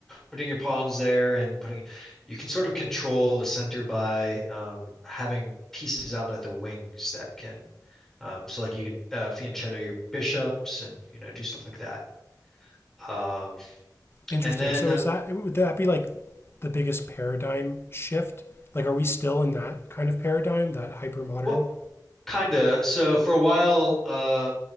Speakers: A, in the centre; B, on the left (about 35°).
A: putting your pawns there and putting, you can sort of control the center by um, having pieces out at the wings that can, um, so like you can uh, fianchetto your bishops and you know do stuff like that. Um,
B: Interesting.
A: and then
B: So
A: uh,
B: is that would that be like the biggest paradigm shift? Like, are we still in that kind of paradigm, that hyper modern?
A: well, kind of. So for a while, uh,